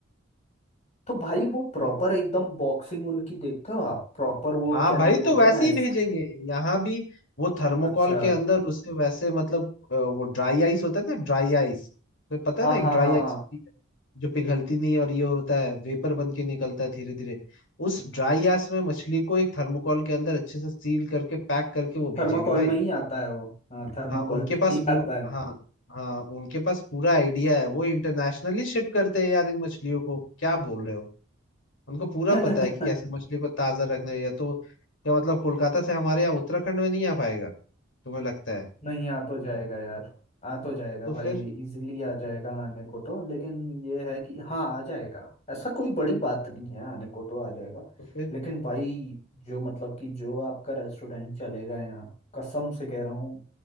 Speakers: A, on the left; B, on the left.
A: तो भाई वो प्रॉपर एकदम बॉक्सिंग उनकी देखते हो आप प्रॉपर वो
B: हाँ
A: क्या
B: भाई
A: नाम बोलते
B: तो वैसे
A: हैं आइस
B: ही भेजेंगे यहाँ भी वो थर्मोकॉल
A: अच्छा
B: के अंदर उसे वैसे मतलब अ, वो ड्राई आइस होता है ना ड्राई आइस तो पता
A: हाँ
B: है ना एक
A: हाँ
B: ड्राई
A: हाँ
B: आइस
A: हाँ
B: होती है जो पिघलती नहीं और ये होता है वेपर बन के निकलता है धीरे धीरे उस ड्राई आइस में मछली को एक थर्मोकॉल के अंदर अच्छे से सील करके पैक करके वो भेजेंगे
A: थर्माकोल
B: भाई
A: में ही आता है वो हाँ थर्माकोल
B: हाँ उनके
A: में
B: पास
A: ही
B: पू
A: आता
B: हाँ हाँ उनके पास पूरा आइडिया है वो इंटरनेशनली शिप करते हैं यार इन मछलियों को क्या बोल रहे हो उनको पूरा
A: है
B: पता है कि कैसे
A: <laughs>
B: मछली को ताजा रखना है या तो क्या मतलब कोलकाता से हमारे यहाँ उत्तराखंड में नहीं आ पाएगा तुम्हें लगता है
A: नहीं आ तो जाएगा यार आ तो जाएगा
B: तो
A: भाई
B: फिर
A: इजीली आ जाएगा आने को तो लेकिन ये है कि हाँ आ जाएगा ऐसा कोई बड़ी बात नहीं है आने को तो आ जाएगा
B: तो फिर
A: लेकिन भाई जो मतलब कि जो आपका रेस्टोरेंट चलेगा यहाँ कसम से कह रहा हूँ